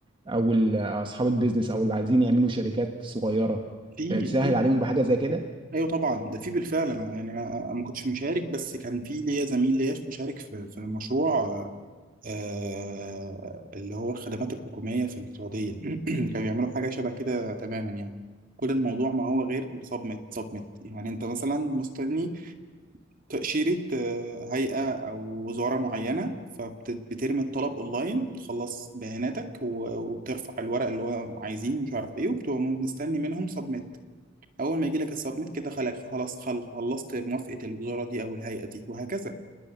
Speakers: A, on the right; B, on the right.
A: او ال- اصحاب البيزنس او اللي عايزين يعملوا شركات صغيره
B: في
A: آه، تسهل
B: في
A: عليهم بحاجه زي كده
B: ايوه طبعا ده في بالفعل انا يعني انا أنا ما كنتش مشارك بس كان في ليا زميل ليا مشارك في في مشروع آه اللي هو الخدمات الحكوميه في السعوديه <clears throat> كانوا بيعملوا حاجه شبه كده تماما يعني كل الموضوع ما هو غير صدمة صدمة يعني انت مثلا مستني تأشيرة آه، هيئة او وزارة معينة فبترمي الطلب اونلاين بتخلص بياناتك و- وبترفع الورق اللي هو عايزينه ومش عارف ايه وبتبقى مستني منهم صدمة اول ما يجي لك السبميت كده خلق خلاص خل- خلصت موافقه الوزاره دي او الهيئه دي وهكذا